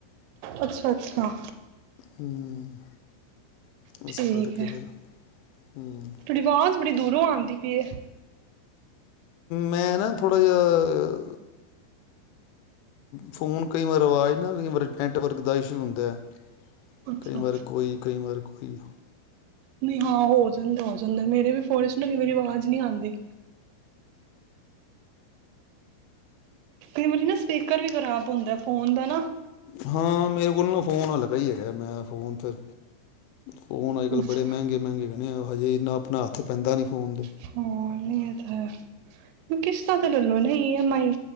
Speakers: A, on the right (about 85°); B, on the left (about 80°).
A: ਅੱਛਾ ਅੱਛਾ
B: ਹਮ
A: ਠੀਕ
B: ਉਸ ਕਰਕੇ
A: ਹੈ
B: ਫਿਰ ਹਮ
A: ਤੁਹਾਡੀ ਆਵਾਜ਼ ਬੜੀ ਦੂਰੋਂ ਆਉਂਦੀ ਪਈ ਹੈ
B: ਮੈਂ ਨਾ ਥੋੜ੍ਹਾ ਜਿਹਾ ਫੋਨ ਕਈ ਵਾਰ ਅਵਾਜ਼ ਨਾ ਕਈ ਵਾਰ ਨੈੱਟਵਰਕ ਦਾ ਇਸ਼ੂ ਹੁੰਦਾ ਹੈ
A: ਅੱਛਾ
B: ਕਈ ਵਾਰ ਕੋਈ ਕਈ ਵਾਰ ਹਮ
A: ਨਹੀ, ਹਾਂ ਹੋ ਜਾਂਦਾ, ਹੋ ਜਾਂਦਾ, ਮੇਰੇ ਵੀ ਫੋਨ ਵਿਚ ਨਾ ਕਈ ਵਾਰੀ ਆਵਾਜ ਨਈ ਆਂਦੀ। ਕਈ ਵਾਰੀ ਨਾ ਸਪੀਕਰ ਵੀ ਖਰਾਬ ਹੁੰਦਾ ਫੋਨ ਦਾ ਨਾ।
B: ਹਾਂ, ਮੇਰੇ ਕੋਲ ਨਾ ਫੋਨ ਹਲਕਾ ਹੀ ਹੈਗਾ, ਮੈਂ ਫੋਨ ਫਿਰ ਫੋਨ ਅਜੱ-ਕੱਲ
A: ਅੱਛਾ
B: ਬੜੇ ਮੈਂਗੇ, ਮੈਂਗੇ ਨੇ, ਹਜੇ ਇੰਨਾ ਆਪਣਾ ਹੱਥ ਪੈਂਦਾ ਨੀ ਫੋਨ ਦੇ।
A: ਹਾਂ, ਨੀ ਏ ਤੇ ਹੈ। ਕਿਸਤਾਂ ਤੇ ਲਲੋ ਨਾ, ਈ ਐਮ ਆਈ